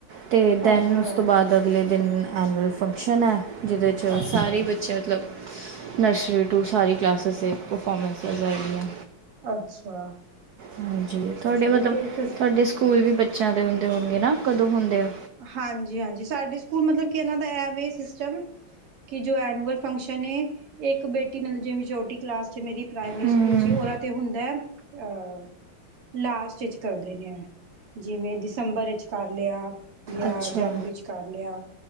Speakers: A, on the right (about 60°); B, on the right (about 90°).
A: ਤੇ ਦੈਨ
B: ਅੱਛਾ,
A: ਉਸ ਤੋਂ ਬਾਅਦ ਅਗਲੇ ਦਿਨ ਐਨੂਅਲ ਫੰਕਸ਼ਨ ਐ। ਜਿਹਦੇ ਚ
B: ਅੱਛਾ,
A: ਸਾਰੇ ਬੱਚੇ ਮਤਲਬ ਨਰਸਰੀ ਟੂ ਸਾਰੀ ਕਲਾਸਿਸ ਦੇ ਪਰਫਾਰਮੈਂਸ ਹੈਗੀਆ ਐ।
B: ਅੱਛਾ।
A: ਹਾਂਜੀ ਤੁਹਾਡੇ
B: ਅੱਛਾ
A: ਮਤਲਬ
B: ਕਿ ਤੁਸ
A: ਤੁਹਾਡੇ ਸਕੂਲ ਵੀ ਬ ਜਾਂਦੇ ਹੁੰਦੇ ਹੋਣਗੇ ਨਾ? ਕਦੋਂ ਹੁੰਦੇ ਆ
B: ਹਾਂਜੀ-ਹਾਂਜੀ ਸਾਡੇ ਸਕੂਲ ਮਤਲਬ ਕਿ ਉਹਨਾਂ ਦਾ ਇਹ ਵੇ ਸਿਸਟਮ ਕਿ ਜੋ ਐਨੂਅਲ ਫੰਕਸ਼ਨ ਏ, ਇੱਕ ਬੇਟੀ ਮਤਲਬ ਜਿਵੇਂ ਛੋਟੀ ਕਲਾਸ ਚ ਮੇਰੀ ਪ੍ਰਾਇਮਰੀ
A: ਹਮ
B: ਸਕੂਲ ਚ ਉਹਦਾ ਤੇ ਹੁੰਦਾ ਹੈ। ਅ ਲਾਸਟ ਵਿੱਚ ਕਰਦੇ ਨੇ ਇਹ ਜਿਵੇਂ ਦਸੰਬਰ ਵਿੱਚ ਕਰ ਲਿਆ। ਲਿਆ
A: ਅੱਛਾ
B: ਜਨਵਰੀ ਚ ਕਰ ਲਿਆ